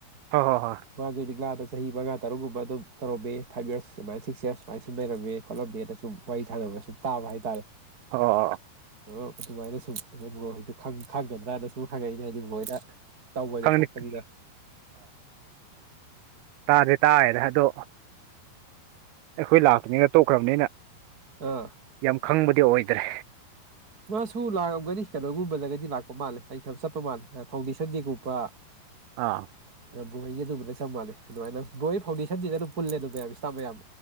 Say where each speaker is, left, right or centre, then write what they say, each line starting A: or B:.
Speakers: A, on the right; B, on the right.
A: ꯍꯣꯏ ꯍꯣꯏ
B: ꯃꯥꯅꯗ ꯆꯍꯤ ꯆꯍꯤ ꯇꯔꯨꯛꯒꯨꯝꯕ ꯑꯗꯨꯝ ꯇꯧꯔꯝꯃꯦ ꯐꯥꯏꯚ ꯌꯔꯁ ꯁꯨꯃꯥꯏꯅ ꯁꯤꯛꯁ ꯌꯔꯁ ꯁꯨꯃꯥꯏꯅ ꯁꯨꯝ ꯂꯩꯔꯝꯃꯦ ꯈꯣꯠꯂꯝꯝꯃꯦꯅ ꯁꯨꯝ ꯋꯥꯔꯤ ꯁꯥꯟꯅꯕ ꯁꯨꯝ ꯇꯥꯕ ꯍꯥꯏꯇꯥꯔꯦ
A: ꯍ
B: ꯑ ꯑꯗꯨꯃꯥꯏꯅ ꯁꯨꯝ ꯃꯔꯣꯏ ꯍꯗ ꯈ ꯈꯪꯒꯗ꯭ꯔꯥꯅ ꯁꯨꯝ ꯍꯪꯉꯛꯏꯅꯦ ꯍꯥꯏꯗꯤ ꯃꯣꯏꯅ ꯇꯧꯕꯗꯣ
A: ꯈꯪꯅꯤ
B: ꯊꯣꯛꯄꯅꯤꯗ
A: ꯇꯥꯗꯦ ꯇꯥꯗ ꯑꯗꯣ ꯑꯩꯈꯣꯏ ꯂꯥꯛꯇ꯭ꯔꯤꯉꯅ ꯇꯣꯛꯈ꯭ꯔꯕꯅꯤꯅ
B: ꯑꯥ
A: ꯌꯥꯝ ꯈꯪꯕꯗꯤ ꯑꯣꯏꯗ꯭ꯔꯦ
B: ꯃꯥꯁꯨ ꯂꯥꯛꯑꯝꯒꯅꯤ ꯀꯩꯅꯣꯒꯨꯝꯕꯗꯒꯗꯤ ꯂꯥꯛꯄ ꯃꯥꯜꯂꯦ ꯑꯩ ꯈꯕ ꯆꯠꯄ ꯃꯥꯜꯂꯦ ꯐꯥꯎꯟꯗꯦꯁꯟ ꯗꯦꯒꯨꯝꯕ
A: ꯑꯥ
B: ꯕꯣꯏꯒꯤ ꯑꯗꯨꯝꯕꯅ ꯆꯞ ꯃꯥꯟꯂꯦ ꯑꯗꯨꯃꯥꯏ ꯕꯣꯏ ꯐꯥꯎꯟꯗꯦꯁꯟꯁꯤꯗ ꯑꯗꯨꯝ ꯄꯨꯜꯂꯦ ꯑꯗꯨ ꯃꯌꯥꯝ ꯏꯁꯇꯥꯐ ꯃꯌꯥꯝ